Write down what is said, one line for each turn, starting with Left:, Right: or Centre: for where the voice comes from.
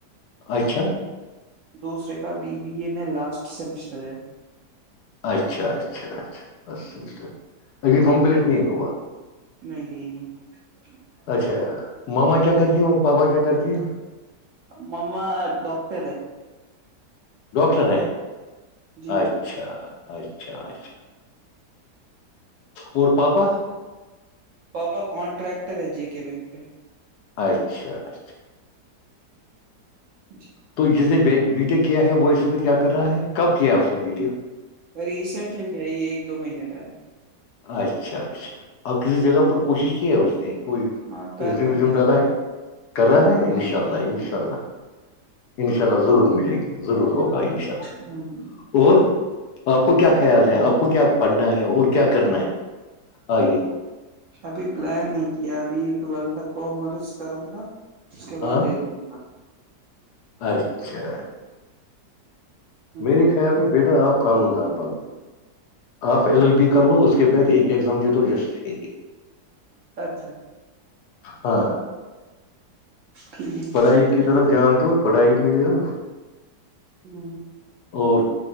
Left: اچھا
Right: دوسرے کا بی بی اے میں لاسٹ سیمسٹر ہے
Left: اچھا اچھا اچھا
Right: جی۔
Left: ابھی کمپلیٹ نہیں ہوا
Right: نہیں نہیں نہیں <inaudible>
Left: اچھا ماما کیا کرتی اور پاپا کیا کرتی
Right: مما ڈاکٹر ہے
Left: ڈاکٹر ہیں
Right: جی
Left: اچ اچھا اچھا اچھا اور پاپا
Right: پاپا کنٹریکٹر ہے جے کے بینک پہ
Left: اچھا اچھا
Right: <inaudible>
Left: تو جس نے بیٹے کیا ہے وہ اس وقت کیا کرنا ہے کب کیا اس نے بیٹے
Right: ریسینٹلی کیائی ایک دو مہینے پہلے
Left: اچھا اچھا اب کسی جگہ پر کوشش کی ہے اس نے کوئی
Right: ہاں کر رہا
Left: و
Right: کر
Left: ڈالا
Right: رہا
Left: ہے کر رہا
Right: ہاں
Left: ہے انشاء
Right: دعوت
Left: اللہ
Right: ہوں
Left: انشاء اللہ <unintelligible> انشاء اللہ ضرور ملے گی ضرور ہوگا ان شاء اللہ
Right: ہوں،
Left: اور آپ کو کیا خیال ہے آپ کو کیا پڑھنا ہے اور کیا کرنا ہے آگے
Right: ابھی پلان نہیں کیا ابھی ٹویلتھ تک کومرس کروں گا اس کے بعد
Left: ہاں
Right: دیکھوں گا
Left: اچھا
Right: ہوں،
Left: میرے خیال میں بیٹا آپ قانون دان بنو آپ ایل ایل بی کر لو اس کے بعد ایک ایگزام دے دو جسٹس کے لیے
Right: اچھا
Left: ہاں
Right: ٹھیک
Left: پڑھائی کی طرف دھیان دو پڑھائی میں جو
Right: ہ
Left: اور